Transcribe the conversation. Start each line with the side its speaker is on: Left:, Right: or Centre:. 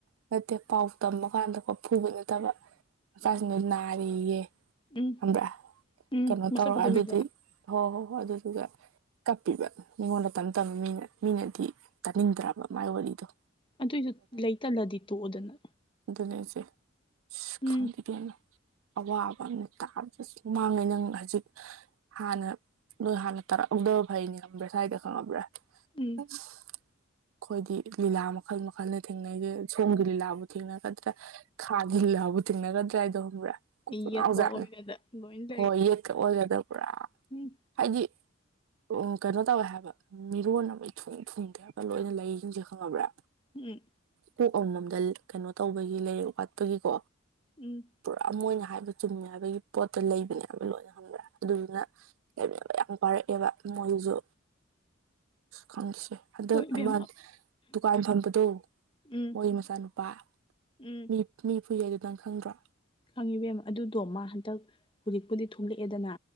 Right: ꯅꯠꯇꯦ ꯄꯥꯎ ꯇꯃ ꯀꯥꯟꯗꯀꯣ ꯐꯨꯕ ꯅꯠꯇꯕ ꯃꯆꯥꯁꯤꯡꯗꯨ
Left: ꯎꯝ
Right: ꯅꯥꯔꯤꯌꯦ
Left: ꯎꯝ
Right: ꯑꯃ꯭ꯔ
Left: ꯎꯝ
Right: ꯀꯩꯅꯣ
Left: ꯃꯁꯛ
Right: ꯇꯧꯔ
Left: ꯐꯖꯕꯤꯗꯣ
Right: ꯑꯗꯨꯗꯤ ꯍꯣꯏ ꯍꯣꯏ ꯍꯣꯏ ꯑꯗꯨꯗꯨꯒ ꯀꯞꯄꯤꯕ ꯃꯤꯉꯣꯟꯗ ꯇꯞ ꯇꯅ ꯃꯤꯅ ꯃꯤꯅꯗꯤ ꯇꯥꯅꯤꯡꯗ꯭ꯔꯕ ꯃꯥꯏ ꯋꯥꯔꯤꯗꯣ
Left: ꯑꯗꯨꯏꯁꯨ ꯂꯩꯇꯜꯂꯗꯤ ꯇꯣꯛꯑꯣꯗꯅ
Right: ꯑꯗꯨꯅꯁꯦ
Left: ꯎꯝ
Right: ꯈꯪꯕꯤꯗꯅ ꯑꯋꯥꯕ ꯑꯃꯅ ꯇꯥꯕꯗꯁꯨ ꯃꯥꯡꯉꯦ ꯅꯪ ꯍꯧꯖꯤꯛ ꯍꯥꯟꯅ ꯅꯣꯏ ꯍꯥꯟꯅ ꯇꯥꯔꯛꯍꯧꯗꯕ ꯐꯩꯅꯤ ꯈꯪꯕ꯭ꯔꯥ ꯁ꯭ꯋꯥꯏꯗ ꯈꯪꯉꯕ꯭ꯔꯥ
Left: ꯎꯝ
Right: ꯑꯩꯈꯣꯏꯗꯤ ꯂꯤꯂꯥ ꯃꯈꯜ ꯃꯈꯜꯅ ꯊꯦꯡꯅꯩꯁꯦ ꯁꯣꯝꯒꯤ ꯂꯤꯂꯥꯕꯨ ꯊꯦꯡꯅꯒꯗ꯭ꯔꯥ ꯈꯥꯗꯤꯜꯂꯥꯕꯨ ꯊꯦꯡꯅꯒꯗ꯭ꯔꯥ ꯍꯥꯏꯗꯣꯕ꯭ꯔꯥ
Left: ꯌꯦꯠꯀ
Right: ꯅꯥꯎꯖꯥꯠꯅꯦ
Left: ꯑꯣꯏꯒꯗ ꯂꯣꯏ ꯂꯩ
Right: ꯍꯣꯏ ꯌꯦꯠꯀ ꯑꯣꯏꯒꯗꯕ ꯄꯨꯔꯥ
Left: ꯎꯝ
Right: ꯍꯥꯏꯗꯤ ꯎꯝ ꯀꯩꯅꯣ ꯇꯧꯋꯦ ꯍꯥꯏꯕ ꯃꯤꯔꯣꯟ ꯑꯃ ꯏ ꯊꯨꯡ ꯊꯨꯡꯗꯦ ꯍꯥꯏꯕ ꯂꯣꯏꯅ ꯂꯩꯁꯤꯡꯁꯦ ꯈꯪꯉꯕ꯭ꯔꯥ
Left: ꯎꯝ
Right: ꯀꯣꯛ ꯑꯃꯃꯝꯗ ꯀꯩꯅꯣ ꯇꯧꯕꯒꯤ ꯂꯩꯔꯛ ꯋꯥꯠꯄꯒꯤꯀꯣ
Left: ꯎꯝ
Right: ꯄꯨꯔꯥ ꯃ ꯑꯣꯏꯅ ꯍꯥꯏꯕ ꯆꯨꯝꯃꯤ ꯍꯥꯏꯕꯒꯤ ꯄꯣꯠꯇꯣ ꯂꯩꯕꯅꯦꯕ ꯂꯣꯏꯅ ꯈꯪꯕ꯭ꯔꯦ ꯑꯗꯨꯗꯨꯅ ꯂꯩꯃꯤꯟꯅꯕ ꯌꯥꯝ ꯋꯥꯔꯛꯑꯦꯕ ꯃꯣꯏꯁꯨ ꯈꯪꯁꯦ ꯍꯟꯗꯛ
Left: ꯍꯣꯏ ꯏꯕꯦꯝꯃ
Right: ꯑꯃ ꯗꯨꯀꯥꯟ ꯐꯝꯕꯗꯣ
Left: ꯎꯝ
Right: ꯃꯣꯏꯒꯤ ꯃꯆꯥꯅꯨꯄꯥ
Left: ꯎꯝ
Right: ꯃꯤ ꯃꯤ ꯐꯨꯏꯌꯦ ꯑꯗꯨ ꯅꯪ ꯈꯪꯗ꯭ꯔꯣ
Left: ꯈꯪꯉꯤꯕꯦꯝ ꯑꯗꯨꯗꯣ ꯃꯥ ꯍꯟꯇꯛ ꯍꯧꯖꯤꯛꯄꯨꯗꯤ ꯊꯣꯛꯂꯛꯑꯦꯗꯅ